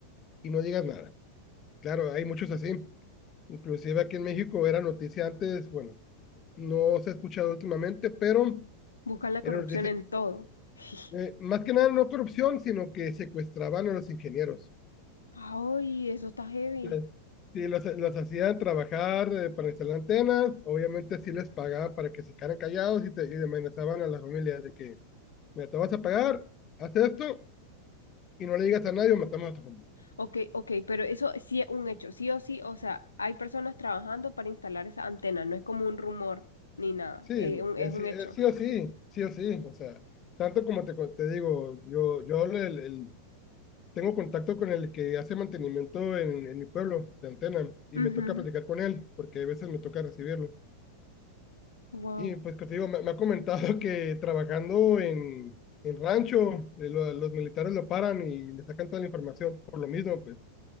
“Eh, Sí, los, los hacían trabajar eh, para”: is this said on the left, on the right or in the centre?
Left